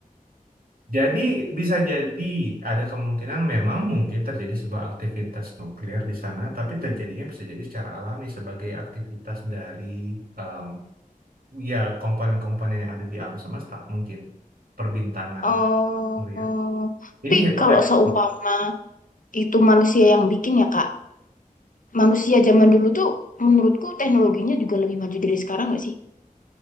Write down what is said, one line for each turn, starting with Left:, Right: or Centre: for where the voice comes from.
Right: Jadi bisa jadi ada kemungkinan memang mungkin terjadi sebuah aktivitas nuklir di sana, tapi terjadinya bisa jadi secara alami sebagai aktivitas dari em, ya komponen-komponen yang ada di alam semesta mungkin perbintangan
Left: Oh,
Right: atau surya.
Left: tapi
Right: Ini hipotesis.
Left: kalau seumpama itu manusia yang bikin ya Kak, manusia zaman dulu tuh menurutku teknologinya juga lebih maju dari sekarang nggak sih?